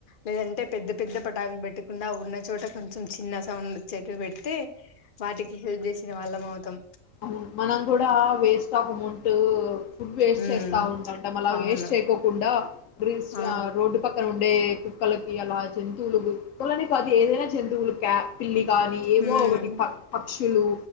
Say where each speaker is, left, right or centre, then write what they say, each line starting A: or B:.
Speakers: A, on the left (about 40°); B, on the left (about 75°).
A: లేదంటే పెద్ద పెద్ద పటాకులు పెట్టుకున్నా ఉన్న చోట కొంచెం చిన్న సౌండ్ వచ్చేటు పెట్ తే వాటికి హెల్ప్ చేసి చిన వాళ్లం అవుతాం
B: ఆ మనం కూడా waste of amount food waste
A: హ్మ్
B: చేస్తా ఉంటాంటం అలా
A: అవును
B: వేస్ట్ చేయకోకుండా బ్రిడ్జ్
A: ఆ
B: రోడ్డు పక్కన ఉండే కుక్కలకి అలా జంతువులు కుక్కలని కాదు ఏదైనా జంతువులు క్యా పిల్లి కానీ ఏవో
A: హ్మ్
B: ఒకటి ప ప క్షులు